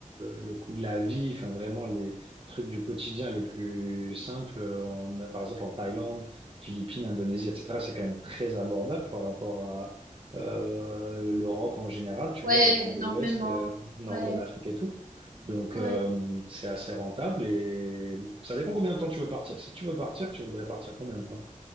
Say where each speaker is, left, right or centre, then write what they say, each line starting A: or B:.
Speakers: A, on the right (about 40°); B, on the right (about 80°).
A: le coût de la vie, enfin vraiment les trucs du quotidien les plus simples, euh, on a, par exemple en Thaïlande, Philippines, Indonésie, etc. C'est quand même très abordable par rapport à euh, l'Europe en général, tu
B: Ouais,
A: vois, l'Europe
B: énormément.
A: de l'Ouest, euh, nord
B: Ouais,
A: de l'Afrique et tout. Donc
B: ouais.
A: euh, c'est assez rentable et ça dépend combien de temps tu veux partir. Si tu veux partir, tu voudrais partir combien de temps?